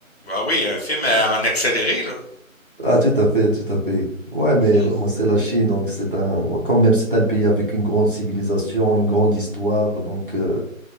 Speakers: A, on the left; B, on the right.
A: ah oui, un film à- en accéléré, là.
B: Ah, tout à fait, tout à fait. Ouais, mais
A: Hmm.
B: non, c'est la Chine, donc c'est un, ouais, quand même, c'est un pays avec une grande civilisation, une grande histoire, donc euh,